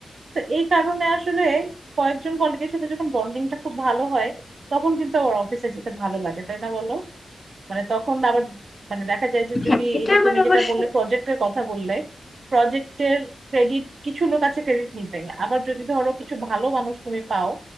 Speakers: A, on the right; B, on the left.
A: তো এই কারণে আসলে কয়েকজন কলিগের সাথে যখন বন্ডিংটা খুব ভালো হয় তখন কিন্তু আমার অফিসে যেতে ভালো লাগে তাই না বলো মানে তখন আবার মানে দেখা যায় যে যদি
B: হ্যাঁ এটা
A: এই যে
B: আমার
A: তুমি
B: অবশ্য
A: যেটা বললে প্রজেক্টের কথা বললে প্রজেক্টের ক্রেডিট কিছু লোক আছে ক্রেডিট নিতে আবার যদি ধরো কিছু ভালো মানুষ তুমি পাও